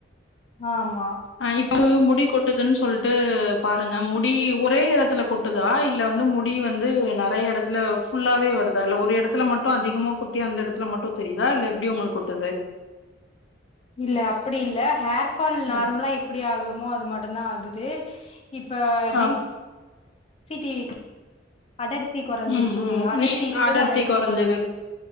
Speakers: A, on the left; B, on the left.
A: ஆமா
B: ஆ இப்ப முடி கொட்டுதுன் சொல்ட்டு பாருங்க முடி ஒரே எடத்துல கொட் டுதா இல்ல வந்து முடி வந்து நெறைய எடத்துல ஃபுல்லாவே வருதா இல்ல ஒரு எடத்துல மட்டு அதிகமா கொட்டி அந்த எடத் ல மட்டு தெரியுா இல்ல எப்டி உங்களுக் கொட்டுது
A: இல்ல அப்படி இல்ல ஹேர் ஃபால் நார்மலா
B: ம்.
A: எப்டி ஆகுமோ அது மட்டுதா ஆகுது இப்ப டென்ஸ்சிட்டி
B: ஆ.
A: அடர்த்தி கொறஞ்சிருச்சிவே
B: ம், ம்.
A: அடர்த்தி
B: நீ
A: இருந்தது அடர்த்தி
B: கொறஞ்சது.
A: கொறஞ்சிர்ச்சி